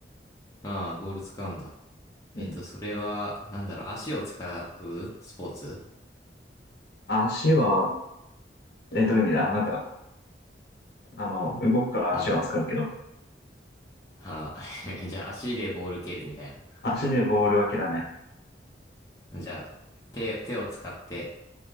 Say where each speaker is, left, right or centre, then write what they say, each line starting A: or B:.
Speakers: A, on the left; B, on the left.
A: ああ、ボール使うんだ。えっと、
B: うん。
A: それは、なんだろう、足を使うスポーツ
B: 足は、え、どういう意味だなんか、あの、動くから足は使うけど、
A: なんだろう。はあ、<laughs> じゃあ、足でボール蹴るみたいな。
B: 足でボールは蹴らない。
A: じゃあ、手、手を使って、